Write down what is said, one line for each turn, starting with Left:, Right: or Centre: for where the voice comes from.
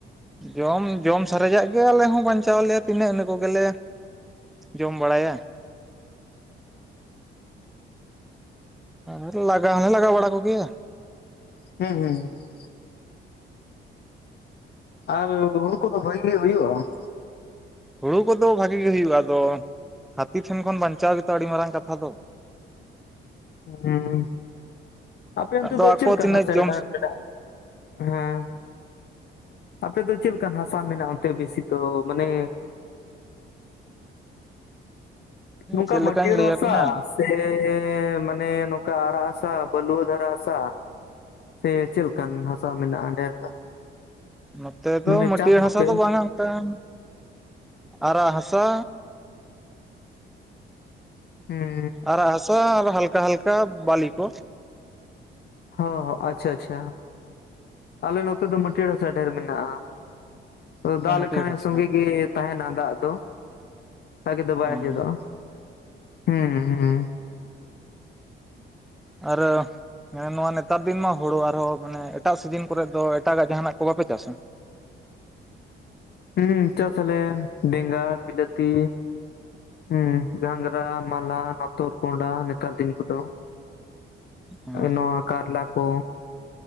Centre: ᱡᱚᱢ ᱡᱚᱢ ᱥᱟᱨᱮᱡᱟᱜ ᱜᱮ ᱟᱞᱮ ᱦᱚᱸ ᱵᱟᱧᱪᱟᱣ ᱟᱞᱮᱭᱟ ᱛᱤᱱᱟᱹᱜ ᱤᱱᱟᱹ ᱠᱚᱜᱮᱞᱮ ᱡᱚᱢ ᱵᱟᱲᱟᱭᱟ᱾ ᱟᱨ ᱞᱟᱜᱟ ᱦᱚᱞᱮ ᱞᱟᱜᱟ ᱵᱟᱲᱟ ᱠᱚᱜᱮᱭᱟ᱾
Left: ᱦᱩᱸᱻ ᱦᱩᱸᱻ ᱦᱩᱸᱻ᱾ ᱟᱨ ᱦᱩᱲᱩ ᱠᱚᱫᱚ ᱵᱷᱟᱹᱜᱤ ᱜᱤ ᱦᱩᱭᱩᱜ-ᱟ ᱾
Centre: ᱦᱩᱲᱩ ᱠᱚᱫᱚ ᱵᱷᱟᱜᱤ ᱜᱤ ᱦᱩᱭᱩᱜ-ᱟ᱾ ᱟᱫᱚ ᱦᱟᱹᱛᱤ ᱴᱷᱮᱱ ᱠᱷᱚᱱ ᱵᱟᱧᱪᱟᱣ ᱜᱮᱛᱚ ᱟᱹᱰᱤ ᱢᱟᱨᱟᱝ ᱠᱟᱛᱷᱟ ᱫᱚ᱾
Left: ᱦᱩᱸ ᱟᱯᱮ ᱚᱱᱛᱮ
Centre: ᱟᱫᱚ
Left: ᱫᱚ
Centre: ᱟᱠᱚ
Left: ᱪᱮᱫ ᱞᱮᱠᱟᱱ
Centre: ᱛᱤᱱᱟᱹᱜ
Left: ᱦᱟᱥᱟ
Centre: ᱡᱚᱢ
Left: ᱰᱟᱦᱟᱨ ᱢᱮᱱᱟᱜᱼᱟ ᱦᱮᱸ-᱾ ᱟᱯᱮ ᱫᱚ ᱪᱮᱞᱠᱟᱱ ᱦᱟᱥᱟ ᱢᱮᱱᱟᱜ-ᱟ, ᱚᱱᱛᱮ ᱵᱮᱥᱤ ᱛᱚ ᱢᱟᱱᱮ ᱱᱚᱝᱠᱟ
Centre: ᱪᱮᱫ ᱞᱮᱠᱟᱧ
Left: ᱢᱟᱹᱴᱭᱟᱹᱬ
Centre: ᱞᱟᱹᱭᱟᱵᱤᱱᱟ
Left: ᱦᱟᱥᱟ ᱥᱮᱻ ᱢᱟᱱᱮ ᱱᱚᱠᱟ ᱟᱨᱟᱜ ᱦᱟᱥᱟ, ᱵᱟᱹᱞᱩᱣᱟᱹ ᱫᱷᱟᱨᱟ ᱦᱟᱥᱟ ᱥᱮ ᱪᱮᱞᱠᱟᱱ ᱦᱟᱥᱟ ᱢᱮᱱᱟᱜ-ᱟ ᱰᱷᱮᱨ ᱫᱚ?
Centre: ᱱᱚᱛᱮ ᱫᱚ
Left: ᱢᱟᱱᱮ
Centre: ᱢᱟᱹᱴᱭᱟᱹᱲ
Left: ᱪᱟᱥ ᱫᱚᱯᱮ
Centre: ᱦᱟᱥᱟ ᱵᱟᱝᱼᱟ᱾ ᱴᱟᱝ ᱟᱨᱟᱜ ᱦᱟᱥᱟ
Left: ᱦᱩᱸ
Centre: ᱟᱨᱟᱜ ᱦᱟᱥᱟ ᱟᱨ ᱦᱟᱞᱠᱟ ᱦᱟᱞᱠᱟ ᱵᱟᱞᱤ ᱠᱚ᱾
Left: ᱚᱻ ᱟᱪᱪᱷᱟᱻ ᱟᱪᱪᱷᱟᱻ ᱟᱞᱮ ᱱᱚᱛᱮ ᱫᱚ ᱢᱟᱹᱴᱭᱟᱹᱲ ᱦᱟᱥᱟ ᱰᱷᱮᱨ ᱢᱮᱱᱟᱜᱼᱟ᱾ ᱟ ᱫᱟᱜ
Centre: ᱢᱟᱹᱴᱭᱟᱹᱲ
Left: ᱞᱮᱠᱷᱟᱱ
Centre: ᱦᱟᱥᱟ
Left: ᱥᱚᱸᱜᱮ ᱜᱮ ᱛᱟᱦᱮᱱᱟ ᱫᱟᱜ ᱫᱚ᱾ ᱵᱷᱟᱜᱮ ᱫᱚ ᱵᱟᱭ
Centre: ᱦᱚᱸ
Left: ᱟᱸᱡᱮᱫᱚᱜᱼᱟ, ᱦᱩᱸᱻ ᱦᱩᱸᱻ᱾
Centre: ᱟᱨ ᱮᱸ ᱱᱚᱣᱟ ᱱᱮᱛᱟᱨ ᱫᱤᱱ ᱢᱟ ᱦᱳᱲᱳ, ᱟᱨᱦᱚᱸ ᱢᱟᱱᱮ ᱮᱴᱟᱜ ᱥᱤᱡᱤᱱ ᱠᱚᱨᱮ ᱫᱚ ᱮᱴᱟᱜᱟᱜ ᱡᱟᱦᱟᱱᱟᱜ ᱠᱚ ᱵᱟᱯᱮ ᱪᱟᱥᱼᱟ?
Left: ᱦᱩᱸᱻ ᱪᱟᱥ ᱟᱞᱮ ᱵᱮᱸᱜᱟᱲ, ᱵᱤᱞᱟᱹᱛᱤ ᱦᱩᱸ ᱜᱟᱝᱽᱨᱟ, ᱢᱟᱞᱦᱟᱱ, ᱦᱚᱛᱚᱫ, ᱠᱚᱱᱰᱷᱟ, ᱱᱮᱛᱟᱨ ᱫᱤᱱ ᱠᱚᱫᱚ᱾
Centre: ᱦᱮᱸ
Left: ᱱᱚᱣᱟ ᱠᱟᱨᱞᱟ ᱠᱚ᱾